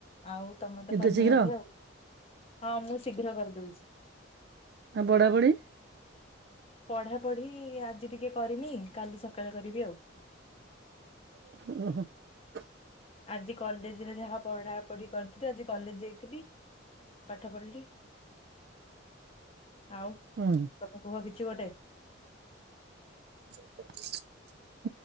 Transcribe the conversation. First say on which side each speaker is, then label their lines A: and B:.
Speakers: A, on the left (about 30°); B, on the right (about 50°).
A: ଆଉ ତମେ ତ
B: ଏତେ
A: କରିନ
B: ଶୀଘ୍ର
A: ବୋଧେ ଆଉ ହଁ ମୁଁ ଶୀଘ୍ର କରିଦଉଛି
B: ଆଉ ପଢାପଢି
A: ପଢ଼ାପଢ଼ି ଆଜି ଟିକେ କରିନି କାଲି ସକାଳେ କରିବି ଆଉ
B: <unintelligible>
A: ଆଜି କଲେଜରେ ଯାହା ପଢା ପଢି କରଥିଲି ଆଜି କଲେଜ ଯାଇଥିଲି ପାଠ ପଢିଲି ଆଉ
B: ହୁଁ
A: ତମେ କୁହ କିଛି ଗୋଟେ
B: <unintelligible>